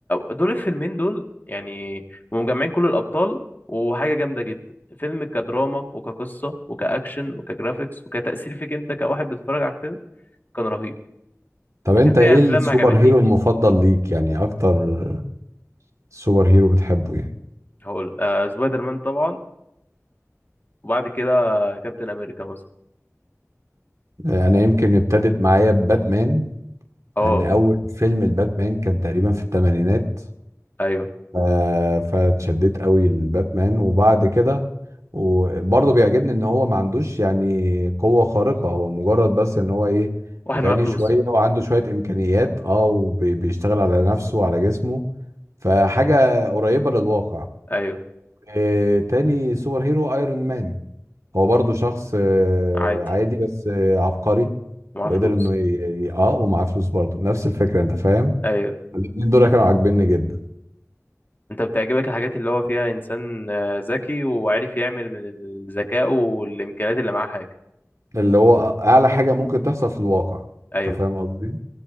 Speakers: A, on the left; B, on the right.
A: دول الفيلمين دول يعني مجمعين كل الابطال وحاجه جامده جدا فيلم كدراما وكقصه وكاكشن وكجرافيكس وكتاثير فيك انت كواحد بتتفرج على الفيلم كان رهيب
B: طب
A: لكن
B: انت
A: في
B: ايه
A: افلام
B: السوبر
A: ما عجبتنيش
B: هيرو المفضل ليك يعني اكتر سوبر هيرو بتحبه يعني
A: هقول آه سبايدر مان طبعا وبعد كده كابتن امريكا مثلا
B: آه، انا يمكن ابتدت معايا باتمان
A: اه
B: لان اول فيلم الباتمان كان تقريبا في الثمانينات
A: ايوه
B: ف- فاتشددت قوي لباتمان وبعد كده وبرضه بيعجبني ان هو ما عندوش يعني قوة خارقة هو مجرد بس ان هو ايه
A: واحد
B: غني
A: معاه فلوس
B: شوية وعنده شوية امكانيات اه وبيشتغل على نفسه وعلى جسمه فحاجة قريبة للواقع
A: ايوه
B: آه، تاني سوبر هيرو ايرون مان هو برضه شخص آه،
A: عادي
B: عادي بس آه، عبقري
A: ومعاه
B: وقدر
A: فلوس
B: انه ي- ي- اه ومعاه فلوس برضه نفس الفكرة انت فاهم
A: ايوه
B: الاتنين دول كانوا عاجبني جدا
A: انت بتعجبك الحاجات اللي هو فيها انسان آه، ذكي وعارف يعمل من الذكاء والامكانيات اللي معاه حاجه
B: اللي هو اعلى حاجه ممكن تحصل في الواقع
A: ايوه
B: انت فاهم قصدي